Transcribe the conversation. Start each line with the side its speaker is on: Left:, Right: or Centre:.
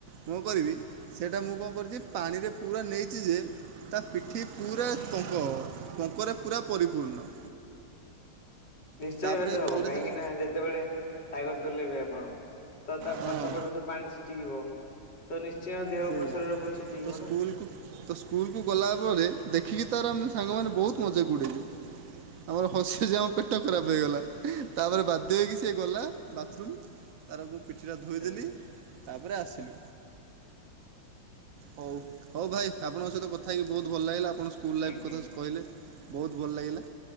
Right: ମୁଁ କରିବି, ସେଇଟା ମୁଁ କଣ କରିଚି! ପାଣିରେ ପୁରା ନେଇଚି ଯେ ତା ପିଠି ପୁରା ପଙ୍କ! ପଙ୍କରେ ପୁରା ପରିପୂର୍ଣ୍ଣ।
Left: ନିଶ୍ଚୟ
Right: ତାପରେ
Left: ଏତେ ହବ।
Right: କଲେଜରେ
Left: କାହିଁକି ନା, ଯେତେବେଳେ ସାଇକେଲ ଚଲେଇବେ ଆପଣ। ତ ତା'
Right: ହଁ
Left: ପଛପଟରୁ ଯୋଉ ପାଣି ଛିଟିକିବ ତ, ନିଶ୍ଚୟ ଦେହ
Right: ସେଇଆ
Left: ଉପରୁ ଶରୀର
Right: ତ-
Left: ଉପରୁ ଛିଟିକିବ
Right: ତ ସ୍କୁଲକୁ
Left: ନା!
Right: ତ ସ୍କୁଲକୁ ଗଲା ପରେ ଦେଖିକି ତାର, ଆମେ ସାଙ୍ଗମାନେ ବହୁତ ମଜାକ୍ ଉଡ଼େଇଲୁ। ଆମର ହସି ହସି ଆମ ପେଟ ଖରାପ ହେଇଗଲା। ତା'ପରେ ବାଧ୍ୟ ହେଇକି ସେ ଗଲା ବାଥ୍ ରୁମ୍ ତାର ମୁଁ ପିଠିଟା
Left: ଆଚ୍ଛା
Right: ଧୋଇଦେଲି,
Left: ଆଚ୍ଛା
Right: ତାପରେ ଆସିଲୁ। ହଉ, ହଉ ଭାଇ ଆପଣଙ୍କ ସହିତ କଥା ହେଇକି ବହୁତ୍ ଭଲ ଲାଗିଲା। ଆପଣ ସ୍କୁଲ୍ ଲାଇଫ୍
Left: ଆଜ୍ଞା
Right: କଥା କହିଲେ। ବହୁତ୍ ଭଲ ଲାଗିଲା।